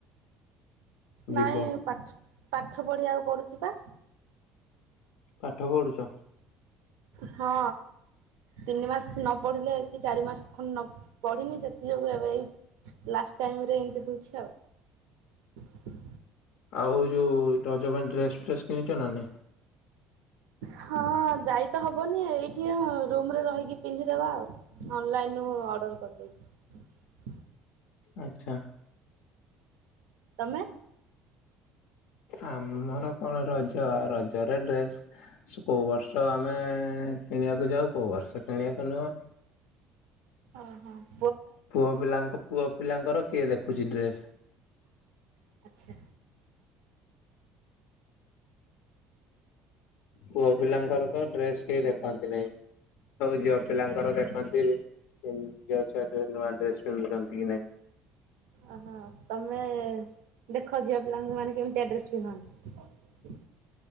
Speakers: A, on the left; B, on the right.
A: ଯିବ
B: ନାଇଁ ପାଠ ପାଠ ପଢିବାକୁ ପଡୁଛି ବା
A: ପାଠ ପଢୁଛ
B: ହଁ ତିନି ମାସ ନ ପଢିଲେ କି ଚାରି ମାସ ଖ ପଢିନି ସେଥି ଯୋଗୁ ଏବେ ଏ ଲାଷ୍ଟ ଟାଇମରେ ଏମିତି ହଉଛି ଆଉ
A: ଆଉ ଯେଉଁ ରଜ ପାଇଁ ଡ୍ରେସ୍ ଫ୍ରେସ୍ କିଣିଛ ନା ନି
B: ହଁ ଯାଇ ତ ହବନି ଏଇଠି ରୁମରେ ରହିକି ପିନ୍ଧିଦେବା ଆଉ ଅନଲାଇନୁ ଅର୍ଡର କରିଦେଇଛି
A: ଆଚଛା
B: ତମେ
A: ଆମର କଣ ରଜ ରଜରେ ଡ୍ରେସ କୋଉ ବର୍ଷ ଆମେ କିଣିବାକୁ ଯାଉ କୋଉ ବର୍ଷ କିଣିବାକୁ ନୁହ
B: ଓ ହୋ
A: ପୁଅ ପିଲାଙ୍କ ପୁଅ ପିଲାଙ୍କର କିଏ ଦେଖୁଛି ଡ୍ରେସ <unintelligible>
B: ଆଚ୍ଛା।
A: ପୁଅ ପିଲାଙ୍କର ତ ଡ୍ରେସ କେହି ଦେଖନ୍ତି ାଇ ହଉ ଝିଅ ପିଲାଙ୍କର ଦେଖନ୍ତି ଝିଅ ଛୁଆରେ ନୂଆ ଡ୍ରେସ ପିନ୍ଧୁଛନ୍ତି କି ନାଇଁ
B: ଅହ ତମେ ଦେଖ ଝିଅ ପିଲାଙ୍କୁ ମାନେ କେମିତି ଆଡ୍ରେସ ପିନ୍ଧନ୍ତି